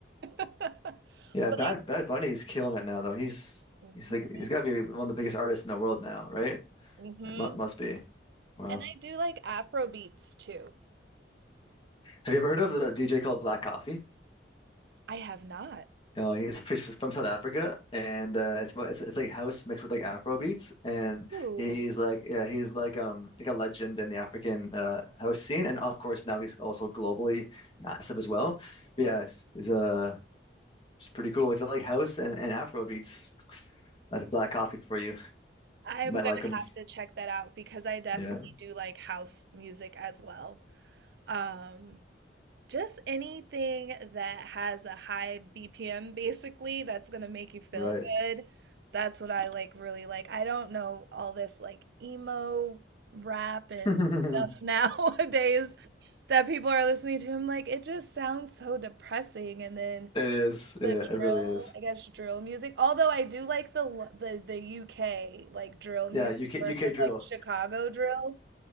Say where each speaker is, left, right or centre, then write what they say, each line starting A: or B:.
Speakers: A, on the right; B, on the left.
A: <laughs>
B: Yeah,
A: But
B: Bad
A: I
B: Bad Bunny is killing it now, though. He's
A: Mhm,
B: he's like he's got to be one of the biggest artists in the world now, right? It
A: mhm.
B: mu must be. Wow.
A: And I do like Afro beats too.
B: Have you ever heard of the DJ called Black Coffee?
A: I have not.
B: know, he's f- f- from South Africa, and uh, it's, mo- it's it's like house mixed with like Afro beats, and
A: Ooh.
B: he's like yeah, he's like um like a legend in the African uh, house scene, and of course now he's also globally massive as well. But yeah, it's, it's uh it's pretty cool. If you like house and, and Afro beats, that's black coffee for you.
A: I'm
B: You might
A: gonna
B: like him.
A: have to check that out because I definitely
B: Yeah,
A: do like house music as well. Um, Just anything that has a high BPM basically that's gonna make you feel
B: right.
A: good. That's what I like really like. I don't know all this like emo rap and
B: <laughs>
A: stuff <laughs> nowadays that people are listening to. I'm like, it just sounds so depressing. And then
B: It is.
A: the
B: Yeah, it
A: drill,
B: really is.
A: I guess drill music. Although I do like the l- the the UK like drill music
B: Yeah, UK
A: versus
B: UK drill.
A: like Chicago drill.